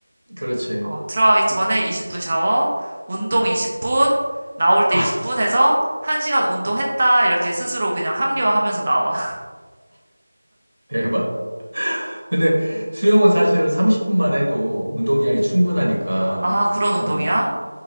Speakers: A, on the right (about 70°); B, on the right (about 30°).
A: 그렇지.
B: 어, 들어가기 전에 20분 샤워, 운동 20분, 나올 때
A: 아,
B: 20분
A: <laughs>
B: 해서 1시간 운동했다. 이렇게 스스로 그냥 합리화하면서 나와. <laughs>
A: 대박. 근데 수영은 사실은 30분만 해도 운동량이 충분하니까.
B: 아, 그런 운동이야?
A: 어.